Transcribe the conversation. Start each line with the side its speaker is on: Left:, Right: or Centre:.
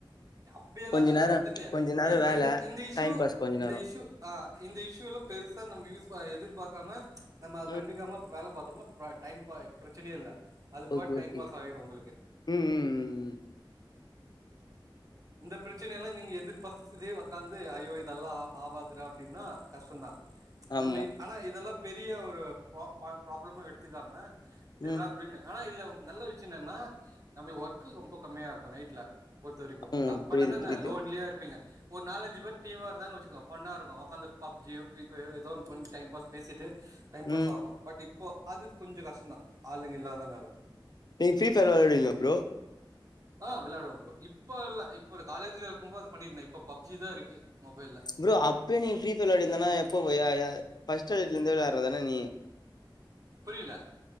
Right: அப்பிடியல்லா
Left: கொஞ்ச
Right: அதா
Left: நேரம்
Right: சொன்னேல்லே
Left: கொஞ்ச நேரம்
Right: இ
Left: வேல.
Right: இந்த இந்த இஸ்யூ
Left: டைம் பாஸ் கொஞ்ச
Right: இந்த
Left: நேரம்.
Right: இஸ்யூ ஆ இந்த இஷ்யூல பெருசா நம்ம யூஸ் எதிர்பாக்காம நம்ம
Left: ம்.
Right: கண்டுக்காம வேல பாத்தோம்னா <unintelligible> டைம் பா பிரச்சனையே இல்ல அது
Left: ஓகே,
Right: பா டைம்
Left: ஓகே.
Right: பாஸாடு உங்களுக்கு
Left: ம் ம் ம் ம்
Right: இந்த பிரச்சனையெல்லா நீங்க எதிர்பாத்ததே உக்காந்து ஐயோ இதெல்லா ஆ ஆவா துடா அப்படின்னா கஷ்டோ தா
Left: ஆமா.
Right: நம்பி ஆனா இதெல்லா பெரிய ஒரு பா பா ப்ராப்ளமும் எடுத்துக்காம செர்டா
Left: ம்.
Right: அப்டின்னு ஆனா இதுல்ல நல்ல விஷ்யோ என்னன்னா நம்மளுக்கு ஒர்க் ரொம்ப கம்மியாருக்கு நைட்ல பொறுத்தவரைக்கு க்கு
Left: ம்.
Right: அதா பட்
Left: புரியுது,
Right: அனா என்ன
Left: புரியுது.
Right: லோன்லியாருப்பிங்க ஒரு நாலஞ்சு பேர் டீம்மா இருந்தாங்க வச்சுக்கோ ஒண்ணாருக்கு ஒக்காந்து பப்ஜியோ ஃப்ரீ ஃபயரோ ஏதோ ஒன்னு பண் டைம் பாஸ் பேசிட்டு டைம் பாஸ்சாகு
Left: ம்.
Right: பட் இப்போ அது கொஞ்சோ கஷ்டோ தா ஆளுங்க இல்லாதனால
Left: நீங்க ஃப்ரீ ஃபயர்லா வெள்ளாடுவிங்ளா ப்ரோ
Right: ஆ வெள்ளாடுவே ப்ரோ இப்போ இல்ல இப்ப காலேஜ்ல இருக்குபோ அது பண்ணிடிருந்தே இப்ப பப்ஜிதா இருக்கு மொபைல்ல
Left: ப்ரோ அப்பயே நீ ஃப்ரீ ஃபயர் வெளையாடிந்தேனா எப்போ போ யா யா ஃபஸ்ட்டு எலட்லருந்து வெளயாடுறதன நீ
Right: புரியல